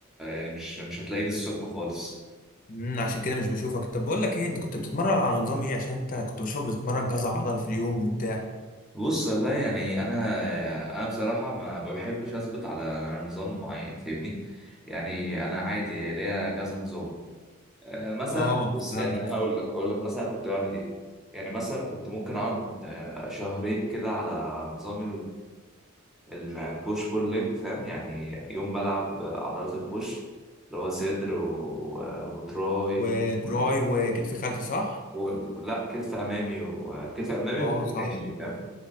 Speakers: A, in the centre; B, on the left.
A: يعني مش مش هتلاقيني الصبح خالص
B: امم عشان كده مش بشوفك طب بقول لك ايه انت كنت بتتمرن على نظام ايه عشان انت كنت بشوفك بتتمرن كذا عضله في اليوم وبتاع
A: بص والله يعني انا آه، انا بصراحه ما ما بحبش اثبت على نظام معين فاهمني يعني انا عادي ليا كذا نظام آه، مثلا
B: اه
A: بص
B: فهمتك
A: يعني انا اقول لك اقول لك مثلا كنت بعمل ايه يعني مثلا كنت ممكن اقعد آه، شهرين كده على نظام البوش بول ليج فاهم يعني يوم بلعب عضلات البوش اللي هو صدر و- آه، وتراي
B: وتراي
A: فاهم؟
B: وكتف خلفي صح
A: و... و... لا كتف امامي وكتف امامي
B: اه
A: وكتف
B: صح
A: جانبي فاهم